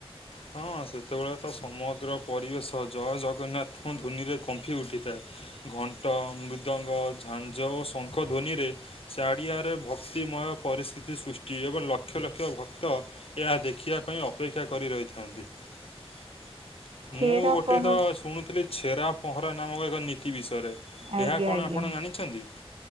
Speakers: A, on the left; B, on the right.
A: ହଁ ସେତେବେଳେ ତ ସମଗ୍ର ପରିବେଶ ଜୟ ଜଗନ୍ନାଥଙ୍କ ଧ୍ୱନିରେ କମ୍ଫି ଉଠିଥାଏ। ଘଣ୍ଟ ମୃଦଙ୍ଗ ଝାଞ୍ଜ ଓ ଶଙ୍ଖ ଧ୍ୱନିରେ ଚାଡ଼ିଆରେ ଭକ୍ତିମୟ ପରିସ୍ଥିତି ସୃଷ୍ଟି ଏବଂ ଲକ୍ଷ ଲକ୍ଷ ଭକ୍ତ ଏହା ଦେଖିବା ପାଇଁ ଅପେକ୍ଷା କରି ରହି ମୁଁ
B: ଛେରା
A: ଗୋଟେ
B: ପହଁରା
A: ତ ଶୁଣୁଥିଲି ଛେରା ପହଁରା ନାମକ ଏକ ନୀତି ବିଷୟରେ
B: ଆଜ୍ଞା
A: ଏହା କଣ
B: ଆଜ୍ଞା।
A: ଆପଣ ଜାଣିଛନ୍ତି?